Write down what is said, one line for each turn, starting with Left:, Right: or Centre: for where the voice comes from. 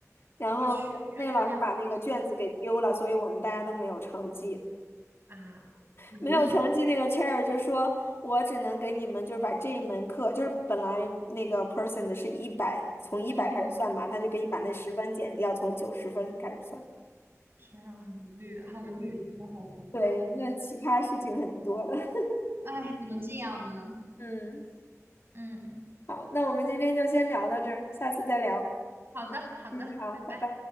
Left: 然后那个那个老师把那个卷子给丢了，
Right: 我去，我觉得有点发疯
Left: 所以我们大家都没有成绩。
Right: 啊！<laughs>
Left: 没有成绩那个
Right: 哎呦，
Left: chair 就说，我只能给你们就是把这一门课，就是本来那个 person 的是一百，从一百开始算嘛，
Right: 嗯。
Left: 他就给你把那十分减掉，从九十分开始算。
Right: 天呐，好无语，好无语，真的好无语。
Left: 对，那奇葩事情很多的。<laughs>
Right: 哎，怎么这样呢？
Left: 嗯，
Right: 嗯，
Left: 好，那我们今天就先聊到这儿，下次再聊。
Right: 好的，好的，
Left: 嗯，好，
Right: 拜拜。
Left: 拜拜。